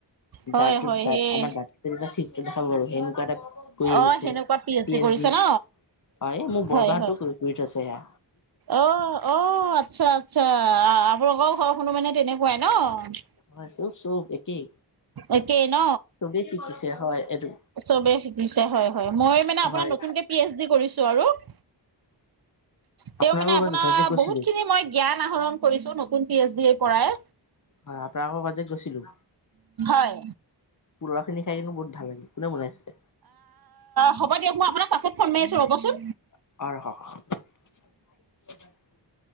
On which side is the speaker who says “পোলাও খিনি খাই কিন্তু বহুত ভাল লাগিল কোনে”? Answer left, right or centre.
Left